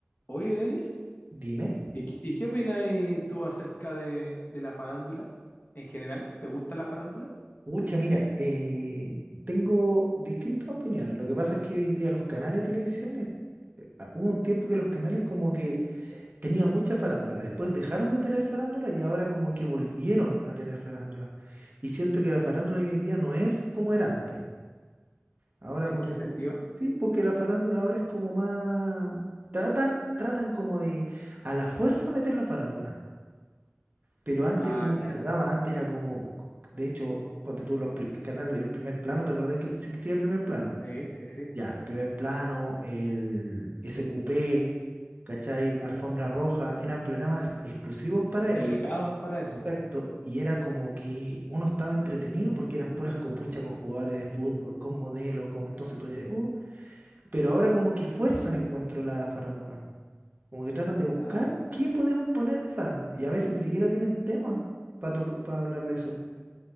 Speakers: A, on the left; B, on the right.
A: Oye, Denis,
B: Dime.
A: ¿y, qué y qué opinas tú acerca de, de la farándula en general? ¿Te gusta la farándula?
B: Pucha, mira, eh, tengo distintas opiniones. Lo que pasa es que hoy en día los canales de televisión, es- eh, ah, hubo un tiempo que los canales como que tenían mucha farándula, después dejaron de tener farándula y ahora como que volvieron a tener farándula. Y siento que la farándula hoy en día no es como era antes. Ahora
A: ¿En
B: ponte
A: qué sentido?
B: tú. Sí, porque la farándula ahora es como más... Tratan, tratan como de a la fuerza meter la farándula. pero antes
A: Ah,
B: como
A: claro.
B: que se daba, antes era como, de hecho, ponte tú los pri- que canal, el primer plano, ¿te acordás que existía el primer plano?
A: Sí, sí, sí.
B: Ya, el primer plano, el SQP, ¿cachai? Alfombra Roja, eran programas exclusivos para
A: Dedicados
B: eso,
A: para eso,
B: exacto,
A: po.
B: y era como que uno estaba entretenido porque eran puras copuchas con jugadores de fútbol, con modelos, con entonces tú dices, uh, pero ahora como que fuerzan encuentro la farándula. Como que tratan de buscar
A: claro.
B: qué podemos poner de farándula. Y a veces ni siquiera tienen tema para para hablar de eso.